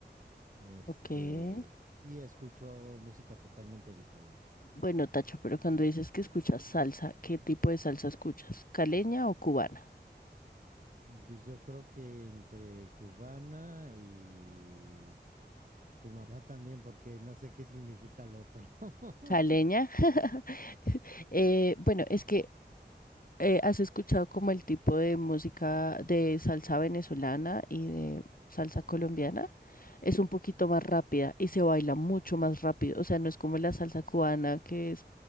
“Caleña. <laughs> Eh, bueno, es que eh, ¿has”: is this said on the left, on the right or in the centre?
Left